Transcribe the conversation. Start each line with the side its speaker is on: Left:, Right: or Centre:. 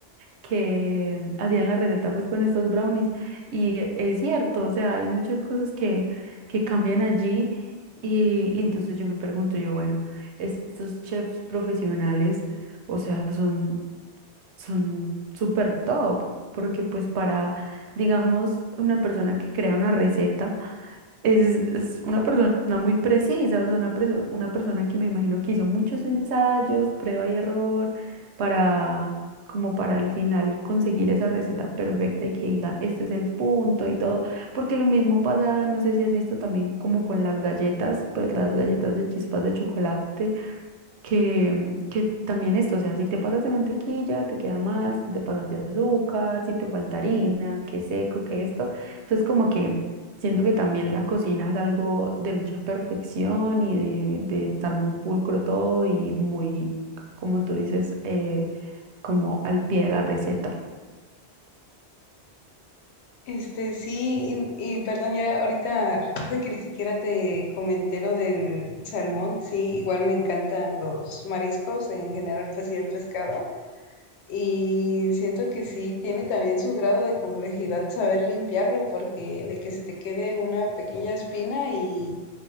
Right: que hacían la receta pues con estos brownies. Y e- es cierto, o sea, hay muchas cosas que, que cambian allí. Y, y entonces yo me pregunto, yo, bueno, estos chefs profesionales, o sea, son son súper top, porque pues para, digamos, una persona que crea una receta, es, es una persona muy precisa, o sea, una, preso- una persona que me imagino que hizo muchos ensayos, prueba y error, para, como para al final conseguir esa receta perfecta y que diga, este es el punto y todo, porque lo mismo pasa, no sé si has visto también como con las galletas, pues las galletas de chispas de chocolate que, que también esto, o sea, si te pasas de mantequilla, te queda mal, si te pasas de azúcar, si te falta harina, que seco, que esto. Entonces, como que siento que también la cocina es algo de mucha perfección y de, de estar muy pulcro todo y muy, como tú dices, eh, como al pie de la receta.
Left: Este, sí, y, y perdón, ya ahorita recuerda que ni siquiera te comenté lo del salmón, sí, igual me encantan los mariscos en general, pues sí, el pescado, y siento que sí, tiene también su grado de complejidad saber limpiarlo, porque de que se te quede una pequeña espina y